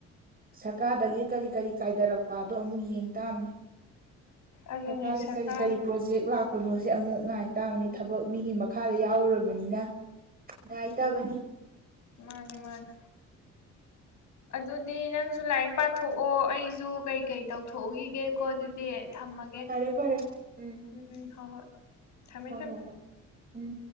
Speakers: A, on the right; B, on the left.
A: ꯁꯔꯀꯥꯔꯗꯒꯤ ꯀꯔꯤ ꯀꯔꯤ ꯀꯥꯏꯗꯔꯛ ꯄꯥꯗꯣ ꯑꯃꯨꯛ ꯌꯦꯡ ꯇꯥꯝꯅꯤ
B: ꯑꯗꯨꯅꯦ
A: ꯁꯔꯀꯥꯔꯒꯤ
B: ꯁꯔꯀꯥꯔ
A: ꯀꯔꯤ ꯀꯔꯤ ꯄ꯭ꯔꯣꯖꯦꯛ ꯂꯥꯛꯄꯅꯣꯁꯦ ꯑꯃꯨꯛ ꯉꯥꯏ ꯇꯥꯕꯅꯤ
B: ꯎꯝ
A: ꯊꯕꯛ ꯃꯤꯒꯤ ꯃꯈꯥꯗ ꯌꯥꯎꯔꯨꯔꯕꯅꯤꯅ ꯉꯥꯏ ꯇꯥꯕꯅꯤ
B: ꯃꯥꯅꯤ ꯃꯥꯅꯤ ꯑꯗꯨꯗꯤ ꯅꯪꯖꯨ ꯂꯥꯏꯛ ꯄꯥꯊꯣꯛꯑꯣ ꯑꯩꯖꯨ ꯀꯩꯀꯩ ꯇꯧꯊꯣꯛꯎꯒꯤꯒꯦꯀꯣ ꯑꯗꯨꯗꯤ ꯊꯝꯃ
A: ꯐꯔꯦ ꯐꯔꯦ ꯎꯝ
B: ꯎꯝ ꯍꯣ ꯍꯣꯏ ꯊꯝꯃꯦ
A: ꯍꯣꯏ
B: ꯊꯝꯃꯦ
A: ꯍꯣꯏ ꯍꯣꯏ ꯎꯝ